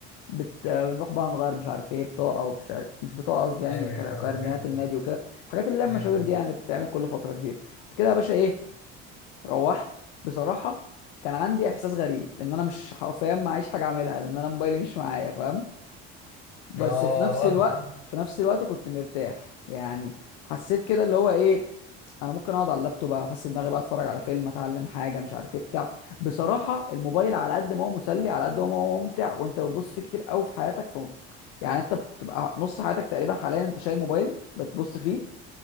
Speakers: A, on the left; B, on the left.
A: بت... بنروح بقى نغير مش عارف ايه بطاقه ومش عارف... مش بطاقه قصدي يعني
B: ايوه
A: كار-
B: ايوه فاهمك
A: كارنيهات
B: ايوه ايوه
A: النادي وكده الحاجات اللي هي المشاوير
B: امم
A: دي يعني اللي بتتعمل كل فتره كبيره بعد كده يا باشا ايه روحت بصراحه كان عندي احساس غريب ان انا مش حرفيا معيش حاجه اعملها لان انا موبايلي مش معايا فاهم بس
B: اه
A: في نفس الوقت
B: اه
A: في نفس الوقت كنت مرتاح يعني حسيت كده اللي هو ايه انا ممكن اقعد على اللابتوب افسد دماغي بقى اتفرج على فيلم اتعلم حاجه مش عارف ايه بتاع بصراحه الموبايل على قد ما هو مسلي على قد ما هو ممتع وانت بتبص فيه كتير قوي في حياتك في يعني انت بتبقى نص حياتك تقريبا حاليا انت شايل موبايل بتبص فيه